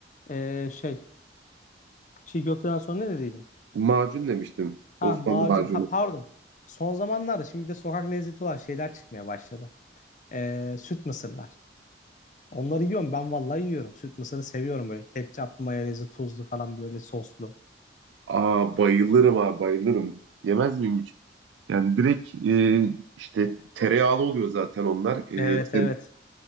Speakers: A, on the left; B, on the right.
A: Ee, şey çiğ köfteden sonra ne dediydin?
B: Macun demiştim.
A: Ha
B: Osmanlı
A: macun.
B: macunu.
A: Ha pardon. Son zamanlarda şimdi bir de sokak lezzeti olan şeyler çıkmaya başladı. Ee, süt mısırlar. Onları yiyorum. Ben vallahi yiyorum. Süt mısırı seviyorum böyle. Ketçaplı, mayonezli, tuzlu falan böyle soslu.
B: Aa bayılırım abi bayılırım. Yemez miyim hiç? Yani direkt e, işte tereyağlı oluyor zaten onlar. E,
A: Evet
B: te-
A: evet.